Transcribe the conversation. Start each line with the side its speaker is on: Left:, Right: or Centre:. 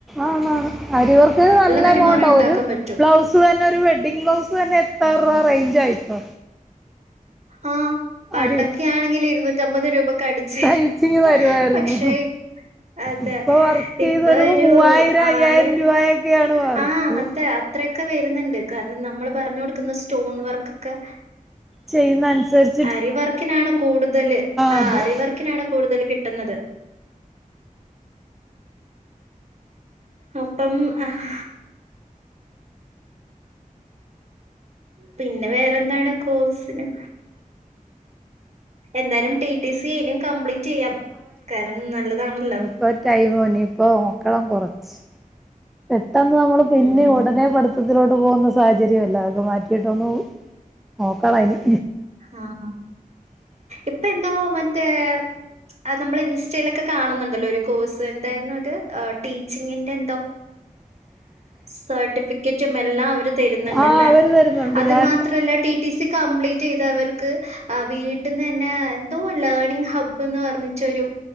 Centre: ആണ ണ് ആരിവർക്ക് ന് നല്ല
Right: വരുമാനം
Centre: എമൗണ്ടാ
Right: ഉണ്ടാക്കാൻ
Centre: ഒരു
Right: പറ്റും
Centre: ബ്ലൗസ് ബ്ലൗസ് തന്നെ ഒരു വെഡ്ഡിംഗ് ബ്ലൗസ് തന്നെ എത്താറ റേഞ്ച് ആയിട്ടോ
Right: ആഹ് പണ്ടൊക്കെ
Centre: അരി
Right: ആണെങ്കിൽ ഇരുന്നൂറ്റ് അമ്പത് രൂപക്ക് അടിച്ച് തരും
Centre: തയ്ച്ചിങ്ങ് തരുവായിരുന്നു
Right: പക്ഷേ അതെ
Centre: ഇപ്പൊ വർക്ക്
Right: ഇപ്പൊ
Centre: ചെയ്ത് വരുമ്പോ
Right: ഒരു
Centre: മൂവായിരം
Right: ആയിരം
Centre: അയ്യായിരം രൂപയൊക്കെയാണ് വർക്ക്
Right: ആഹ് അതെ അത്ര അത്രയൊക്കെ വരുന്നുണ്ട് കാരണം നമ്മൾ പറഞ്ഞു കൊടുക്കുന്ന സ്റ്റോൺ വർക്കൊക്കെ
Centre: ചെയ്യുന്നതനുസരി
Right: ആരിവർക്കിനാണ് കൂടുതല് ആഹ്
Centre: അതെ
Right: ആരിവർക്കിനാണ് കൂടുതല് കിട്ടുന്നത് അപ്പം ആഹ് പിന്നെ വേറെന്താണ് കോഴ്സിന് എന്തായാലും ടി ടി സി ആയാലും കംപ്ലീറ്റ് ചെയ്യാം കാരണം നല്ലതാണല്ലോ
Centre: ഇപ്പം ടൈമോ ഇനിയിപ്പം മക്കളും കുറച്ച് പെട്ടെന്ന് നമ്മൾ പിന്നെ
Right: ഉം ഉം
Centre: ഉടനെ
Right: ഉം
Centre: പടു പ്പത്തിലോട്ട് പോകുന്ന സാഹചര്യം അല്ല അതൊക്കെ മാറ്റിയിട്ടൊന്ന് നോക്കണയ്ന്
Right: ആഹ് ഇപ്പെന്തോ മറ്റേ അത് നമ്മൾ ഇൻസ്റ്റയിലൊക്കെ കാണുന്നുണ്ടല്ലോ ഒരു കോഴ്സ് എന്തായിരുന്നു അത് ആഹ് ടീച്ചിങ്ങിന്റെ എന്തോ സർട്ടിഫിക്കറ്റും എല്ലാം അവര് തരുന്നുണ്ടല്ലേ
Centre: ആഹ് അവര് തരുന്നുണ്ട്
Right: അത്
Centre: ഞാൻ
Right: മാത്രമല്ല T T T C complete ചെയ്തവർക്ക് വീട്ടിൽ ന്നന്നെ എന്തോ ലേർണിംഗ് ഹബ് എന്ന് പറഞ്ഞിട്ട് ഒരു